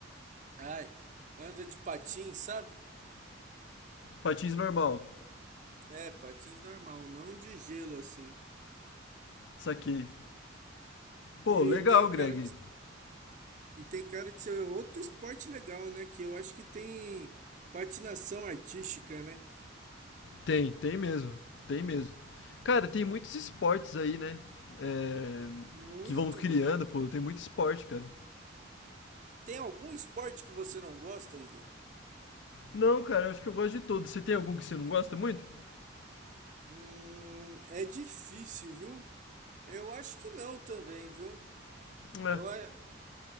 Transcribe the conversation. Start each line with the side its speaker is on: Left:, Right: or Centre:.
Right: ai, anda de patins, sabe?
Left: patins normal,
Right: É, patins normal, não de gelo assim.
Left: saquei. Pô,
Right: Que
Left: legal,
Right: tem
Left: Greg.
Right: cara de, e tem cara de ser outro esporte legal, né? Que eu acho que tem patinação artística, né?
Left: Tem, tem mesmo, tem mesmo. Cara, tem muitos esportes aí, né? É,
Right: Muito,
Left: que vão criando,
Right: velho.
Left: pô, tem muito esporte, cara.
Right: Tem algum esporte que você não gosta, Igor?
Left: Não, cara, eu acho que eu gosto de todos. Você tem algum que você não gosta muito?
Right: Hum, é difícil, viu? Eu acho que não também, viu?
Left: É.
Right: Eu, a-